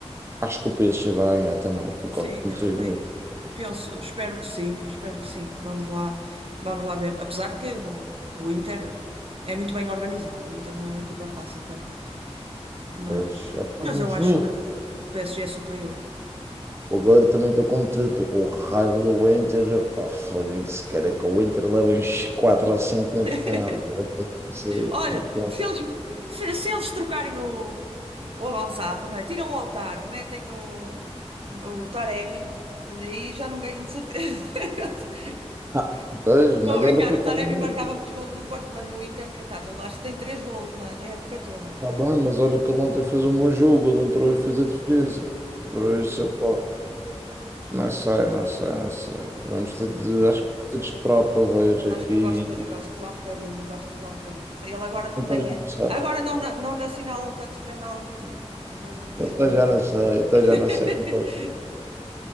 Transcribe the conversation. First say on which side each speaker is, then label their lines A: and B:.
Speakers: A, on the right; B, on the right.
A: acho que o PSG vai ganhar também, concordo
B: Sim,
A: contigo.
B: eu também penso, espero que sim, espero que sim. Vamos lá, vamos lá ver. Apesar que não, o Inter é muito bem organizado, o Inter não é uma equipa fácil também. Mas,
A: Mas, ah pá,
B: mas
A: mas
B: eu acho
A: o
B: que, que o PSG é superior.
A: Agora também estou como tu, estou com raiva do Inter. Pá, foda-se, cara, que o Inter leva uns 4 ou 5 na
B: <laughs>
A: final. Eu não sei,
B: Olha,
A: Mas, pronto.
B: se eles, se, se eles trocarem o, o avançado, não é? Tiram o Lautaro, metem o, o Taremi, aí já não ganham de certeza. <laughs>
A: ah, pois,
B: Estou
A: mas
B: a
A: olha
B: brincar,
A: que eu
B: o
A: estou
B: Taremi
A: muito.
B: marcava muitos golos no Porto, mas no Inter, coitado, ele acho que tem três golos na, na época toda.
A: Está bem, mas olha que ele ontem fez um bom jogo, ele entrou
B: Vê?
A: e fez a diferença. Por isso, pá, não sei, não sei, não sei. Vamos ter
B: Estou
A: de,
B: a brincar.
A: acho que vamos ter de esperar para ver
B: Acho
A: aqui.
B: que eu gosto, gosto de usar um bocadinho, gosto de usar um bocadinho. Se ele agora não
A: Até
B: tem.
A: já não sei,
B: Agora não, na- não lhe assinalam tantos penaltis e é mais difícil
A: até
B: para
A: já
B: ele.
A: não sei, até
B: <laughs>
A: já não sei como vai.